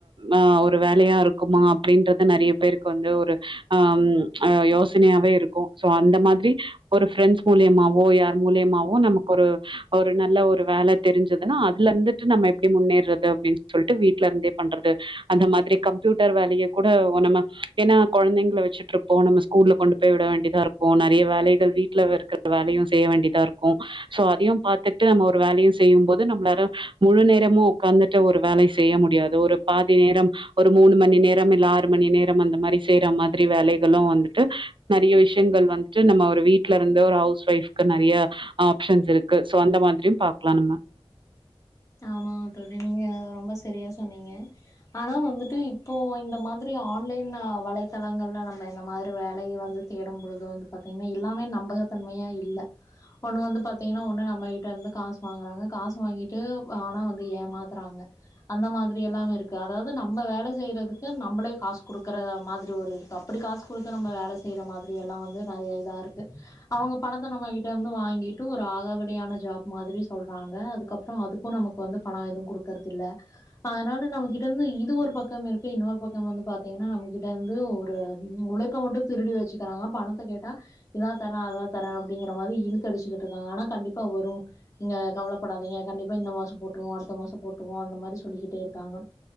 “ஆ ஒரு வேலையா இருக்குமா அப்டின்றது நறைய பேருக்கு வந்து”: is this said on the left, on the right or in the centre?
Right